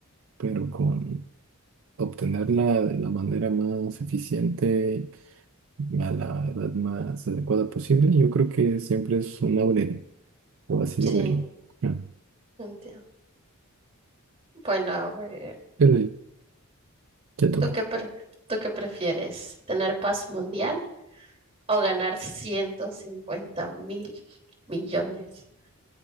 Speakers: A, on the right; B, on the right.
A: pero con obtenerla de la manera más eficiente a la edad más adecuada posible, yo creo que siempre es una buena idea, o así
B: sí,
A: lo vería. Ah,
B: entiendo. Bueno, a ver,
A: Pero ya toca.
B: ¿tú qué, pre- tú qué prefieres? ¿Tener paz mundial o ganar ciento cincuenta mil millones